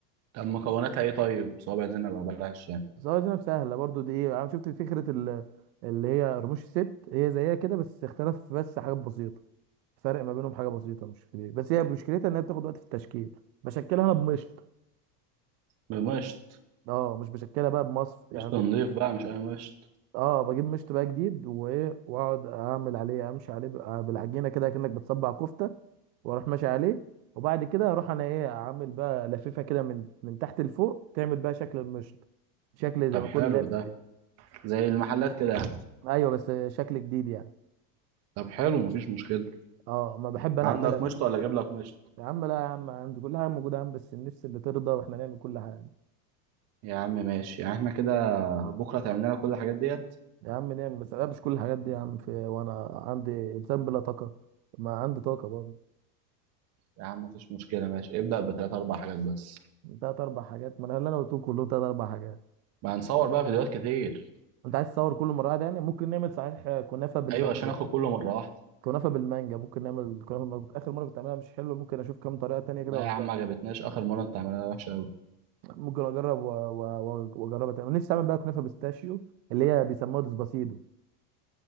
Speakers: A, on the right (about 30°); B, on the right (about 80°).
A: طب مكوناتها ايه طيب صوابع زينب او بلح الشام
B: صابع الزينب سهله برضو دي ايه انا شفت فكره ال- اللي هي رموش الست هي زيها كده بس اختلف بس حاجات بسيطه فرق ما بينهم حاجه بسيطه مش كبير بس هي مشكلتها ان هي بتاخد وقت في التشكيل بشكلها انا بمشط
A: بمشط
B: اه مش بشكلها بقى بمصف
A: مشط
B: يعني ب...
A: نضيف بقى مش اي مشط
B: اه بجيب مشط بقى جديد وايه واقعد اعمل عليه امشي عليه بقى بالعجينه كده كانك بتصبع كفته واروح ماشي عليه وبعد كده اروح انا ايه اعمل بقى لفيفه كده من من تحت لفوق تعمل بقى شكل المشط شكل
A: طب
B: زي ما
A: حلو
B: يكون لافف
A: ده
B: كده
A: زي المحلات كده يعني
B: ايوه بس شكل جديد يعني
A: طب حلو مفيش مشكلة
B: اه ما بحب انا
A: عندك
B: اعملها بش-
A: مشط ولا اجيب لك مشط
B: يا عم لا يا عم عندي كل حاجه موجوده يا عم بس النفس اللي ترضى واحنا نعمل كل حاجه
A: يا عم ماشي يعني احنا كده بكرة تعمل لنا كل الحاجات ديت
B: يا عم نعم بس لا مش كل الحاجات دي يا عم في وانا عندي انسان بلا طاقه ما عندي طاقه برضه
A: يا عم مفيش مشكلة ماشي ابدأ بتلات أربع حاجات بس
B: تلات اربع حاجات ما انا اللي انا قلتهم كلهم تلات اربع حاجات
A: ما هنصور بقى فيديوهات كتير
B: انت عايز تصور كل مره واحدة يعني ممكن نعمل صحيح كنافه بالمانجا
A: أيوة عشان آخد كله مرة واحدة
B: كنافه بالمانجا ممكن نعمل كنافه بالمانجا. اخر مره كنت عاملها مش حلوه ممكن اشوف كام طريقه تانية كده
A: لا
B: وأجرب.
A: يا عم ما عجبتناش آخر مرة أنت عملها وحشة أوي
B: ممكن اجرب و- و- و- واجربها تاني ونفسي اعمل بقى كنافه بيستاشيو اللي هي بيسموها ديسباسيدو